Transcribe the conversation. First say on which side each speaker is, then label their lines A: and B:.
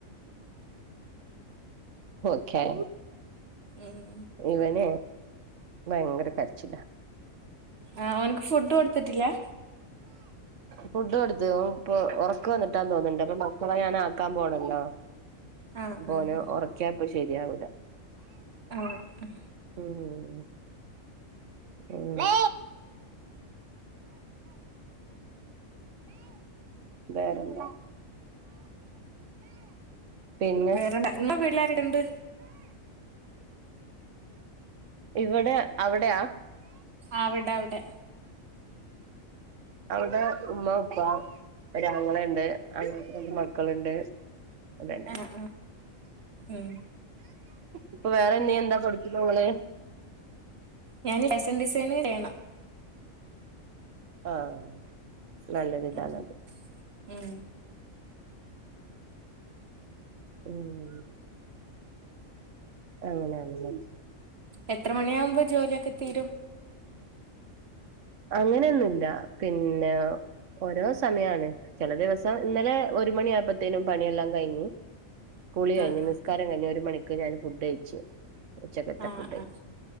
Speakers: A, on the right; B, on the right.
A: ഒകെ
B: ഉം
A: ഇവനെ ഭയങ്കര കരച്ചില
B: ആഹ് ഓൻക്ക് ഫുഡ് കൊടുത്തിട്ടില്ലേ
A: ഫുഡു കൊടുത്തു ഇപ്പൊ ഉറക്ക വന്നിട്ടാന്ന് തോന്നിണ്ട് അപ്പൊ മക്ക ള ഞാന ആക്കാൻ പോണല്ലോ
B: ആഹ്
A: അപ്പ
B: ആഹ്
A: ഓനെ ഉറക്കിയാപ്പ ശരിയാവൂല
B: ആഹ്
A: ഉം പിന്നെ വേറെന്താ പിന്നെ
B: വേറെന്ത ഇന്ന് വീട്ടി ലാ രൊക്കെ ഉണ്ട്
A: ഇവിടെ അവിടെയാ
B: അവിടെ അവിടെ
A: അവടെ ഉമ്മ ഉപ്പ ഒരാ ങ്ങളയു ണ്ട് അങ്ങള ക്ക് രണ്ട് മക്കളുണ്ട് അതന്നെ
B: ആഹ് ആഹ് ഉം
A: ഇപ്പൊ വേറെന്നെയ എന്താ പഠിക്കുന്ന ഓളേ
B: ഞാന് ഫാഷൻ ഡിസൈനിഗ് ചെയ്യണം
A: ആഹ് നല്ലതിതാണല്ലോ
B: ഉം ഉം
A: ഉം അങ്ങനെയാണല്ലെ
B: എത്ര മണിയാകുമ്പോ ജോലിയൊക്കെ തീരും
A: അങ്ങനെയൊന്നുമി ല്ല പിന്നെ ഓരോ സമയാണ് ചെല ദിവസം ഇന്നലെ ഒരു മണി ആയപ്പോത്തേനും പണിയെല്ലാം കഴിഞ്ഞു കുളി കഴിഞ്ഞ്
B: ആഹ്
A: നിസ്കാരം
B: ആഹ്
A: കഴിഞ് ഒരു മണിക്ക് ഞാൻ ഫുഡ് കയിച്ചു ഉച്ചകത്തെ
B: ആഹ്
A: ഫുഡകഴിച്ചു
B: ആഹ്